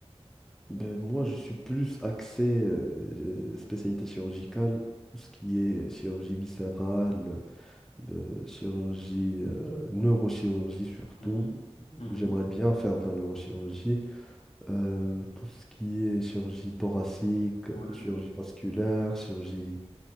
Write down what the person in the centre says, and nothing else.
ben, moi, je suis plus axé euh, spécialité chirurgicale, tout ce qui est chirurgie viscérale, ben, chirurgie, euh, neurochirurgie surtout.
J'aimerais bien faire de la neurochirurgie. euh, tout ce qui est chirurgie thoracique, euh,
chirurgie vasculaire, chirurgie